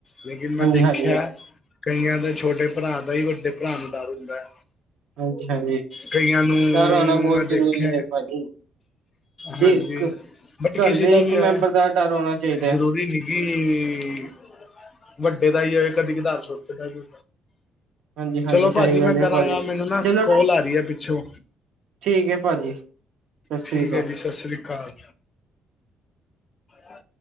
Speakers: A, on the left; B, on the right.
A: ਲੇਕਿਨ ਮੈਂ
B: ਹਾਂਜੀ
A: ਦੇਖਿਆ
B: ਹਾਂਜੀ
A: ਕਈਆਂ ਦੇ ਛੋਟੇ ਭਰਾ ਦਾ ਹੀ ਵੱਡੇ ਭਰਾ ਨੂੰ ਡਰ ਹੁੰਦਾ ਹੈ
B: ਅੱਛਾ ਜੀ
A: ਕਈਆਂ ਨੂੰ
B: ਘਰ ਆਉਣਾ ਬਹੁਤ
A: ਮੈਂ ਦੇਖਿਆ
B: ਜ਼ਰੂਰੀ ਹੈ ਭਾਜੀ
A: ਹਾਂਜੀ,
B: ਇਹ
A: ਬਟ
B: ਘਰ
A: ਕਿਸੇ
B: ਦੇ
A: ਦਾ
B: ਇੱਕ
A: ਵੀ ਆ
B: ਮੈਂਬਰ ਦਾ ਡਰ ਹੋਣਾ ਚਾਹੀਦਾ
A: ਜ਼ਰੂਰੀ
B: ਹੈ
A: ਨਹੀਂ ਕੀ, ਵੱਡੇ ਦਾ ਹੀ ਹੋਏ ਕਦੀ ਕਧਾਰ ਛੋਟੇ ਦਾ ਜ
B: ਹਾਂਜੀ ਹਾਂਜੀ
A: ਚਲੋ
B: ਸਹੀ
A: ਭਾਜੀ
B: ਗੱਲ
A: ਮੈਂ ਕਰਾਂਗਾ,
B: ਹੈ ਭਾਜੀ
A: ਮੈਨੂੰ ਨਾ
B: ਚਲੋ
A: ਕੋਲ ਆ ਰਹੀ ਹੈ ਪਿੱਛੋਂ
B: ਠੀਕ ਹੈ ਭਾਜੀ ਸਤਿ ਸ੍ਰੀ
A: ਠੀਕ
B: ਅਕਾਲ
A: ਹੈ ਜੀ ਸਤਿ ਸ੍ਰੀ ਅਕਾਲ ਹਾਂ